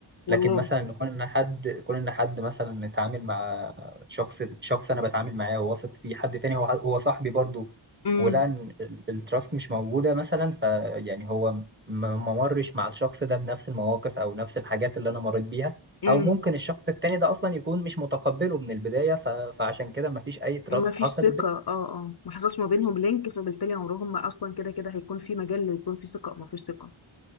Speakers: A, on the left (about 50°); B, on the right (about 25°).
A: والله
B: لكن مثلا نكون ان حد كون ان حد مثلا نتعامل مع شخص شخص انا بتعامل معاه وواثق فيه حد تاني هو هو صاحبي برضه
A: امم
B: ولقى ان التراست مش موجوده مثلا فيعني هو م- ما مرش مع الشخص ده بنفس المواقف او نفس الحاجات اللي انا مريت بيها
A: امم
B: او ممكن الشخص التاني ده اصلا يكون مش متقبله من البدايه ف... فعشان كده ما فيش اي تراست
A: ما فيش
B: حصلت
A: ثقة
B: بينا.
A: اه اه ما حصلش ما بينهم لينك فبالتالي عمرهم ما اصلا كده كده هيكون في مجال يكون في ثقة ما فيش ثقة